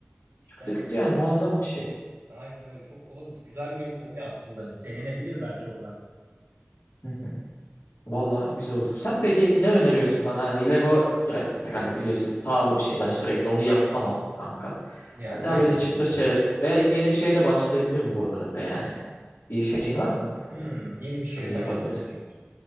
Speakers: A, on the right (about 75°); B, on the left (about 85°).
A: Cidden
B: Çıktı gitti yani muazzam bir şey.
A: Aynen öyle. Çok o da güzel bir hobi aslında. Denenebilir belki o da.
B: Hı hı. Vallahi güzel oldu. Sen peki ne öneriyorsun bana hani Lego bir, bir tık hani biliyorsun pahalı bir şey ben sürekli onu yapamam kanka.
A: Ya,
B: Ben daha
A: aynen
B: böyle çıtır
A: doğru.
B: çerez veya yeni bir şeye de başlayabilirim bu arada yani. Bir şeyin var mı?
A: Hmm, yeni bir
B: Şunu
A: şeye
B: yapabilirsin.
A: başlamayı düşünüyorsun.